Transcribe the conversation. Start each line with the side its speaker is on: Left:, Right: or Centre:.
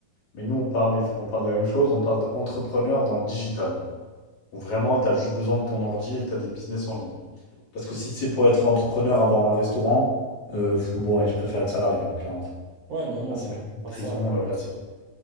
Left: Mais nous, on parle, il faut qu'on parle de la même chose, on parle d'entrepreneur dans le digital. Où vraiment, t'as juste besoin de ton ordi et t'as des business en ligne. Parce que si c'est pour être entrepreneur, avoir un restaurant, euh, faut- bon, ouais, je préfère être salarié, hein, clairement.
Right: Ouais, non, non,
Left: Là, c'est
Right: non.
Left: même plus une
Right: Pas
Left: prison,
Right: de ça. Non,
Left: euh, là, c'est